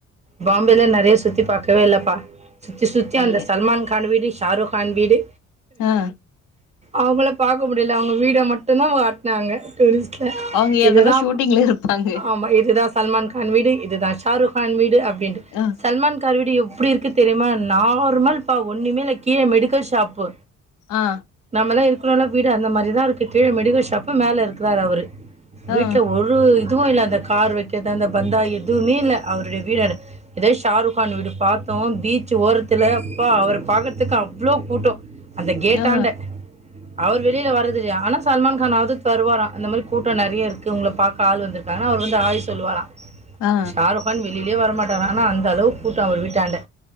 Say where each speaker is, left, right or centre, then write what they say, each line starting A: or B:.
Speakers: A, on the right (about 25°); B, on the left (about 80°).
A: பாம்பேல நெறய சுத்தி பாக்கவே இல்லப்பா சுத்தி சுத்தி
B: ஏ
A: அந்த சல்மான் கான் வீடு ஷாருக்கான் வீடு
B: ஆ
A: அவங்கள பாக்க முடியல அவங்க வீட மட்டுந்தா காட்னாங்க டூரிஸ்ட்ல
B: அவங்க எதனா
A: இதுதா
B: ஷூட்டிங்ல இருப்பாங்க
A: ஆமா இதுதா சல்மான் கான் வீடு இதுதா ஷாருக் கான் வீடு வேண்டு
B: ஆ
A: சல்மான் கான் வீடு எவ் எப்டி இருக்கு தெரியுமா நார்மல்ப்பா ஒண்ணுமே இல்ல கீழே மெடிக்கல் ஷாப்பு
B: ஆ
A: நம்மள்ளா இருக் ளோள வீடு அந்த மாரிதா இருக்கு கீழ மெடிக்கல் ஷாப்பு மேல இருக்குறாரு அவரு வீட்ல
B: ஆ
A: ஒரு எதுவு இல்ல அந்த கார் வைக்கிறது அந்த பந்தா எதுவுமே இல்ல அவரு வீடறு இதே ஷாருக்கான் வீடு பாத்தோ பீச் ஓரத்துல அப்பா அவர பாக்கறதுக்கு அவ்ளோ கூட்டொ அந்த கேட்டாண்ட
B: ஆ
A: அவர் வெளில வர்ரதில்லையா ஆனா சல்மான் கான்னாவது தருவாரா இந்த மாரி கூட்டம் நெறைய இருக்கு உங்கள பாக்க ஆள் வந்துருக்காங்கன்னா அவர் வந்து ஆய் சொல்லுவாரா
B: ஆ
A: ஷாருக்கான் வெளி ளிலே வரமாட்டாரா ஆனா அந்த அளவு கூட்டொ அவரு வீட்டாண்ட